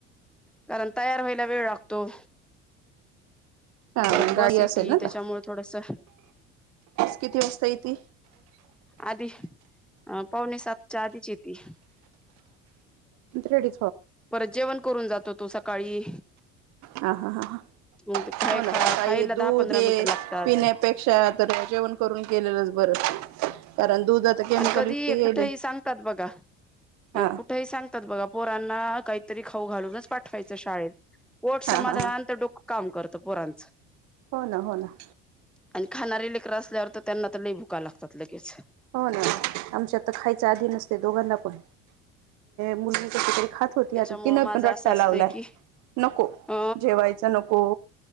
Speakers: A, in the centre; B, on the right (about 65°).
A: कारण तयार व्हायला वेळ लागतो
B: हा
A: परत
B: गाडी
A: बस
B: असेल
A: येते
B: ना
A: त्याच्यामुळे
B: का
A: थोडंसं
B: किती वास्ता येतिल
A: आधी अ पावणे सातच्या आधीच येतिल
B: रेडी
A: परत जेवण करून जातो तो सकाळी
B: ह हा ह ह
A: मग
B: हो
A: ते काय खा
B: ना! काई
A: खायला दहा
B: दूध
A: पंधरा
B: ये
A: मिनिटं लागतात
B: पिण्यापेक्षा तर जेवण करून गेलेलंच बरं. कारण दूध आता केमिकल
A: आणि कधी
B: युक्त येईल
A: कुठेही सांगतात बघा
B: हा
A: कुठेही सांगतात बघा पोरांना काय. तरी खाऊ घालूनच पाठवायचं शाळेत, पोट समाधान
B: हा हा हा
A: तर डोकं काम करतं पोरां
B: हो ना! हो ना!
A: आणि खाणारी लेकरं असल्यावर तर त्यांना तर लई भुका लागतात लगेच,
B: हो ना! आमच्यात तर खायच्या आधीचं नसते दोघांना पण मुली क खात होती,
A: त्याच्यामुळं
B: आता तिन
A: माझं
B: पण रट्टा
A: असं असतंय
B: लावलाय
A: की
B: नको!
A: अ
B: जेवायच नको!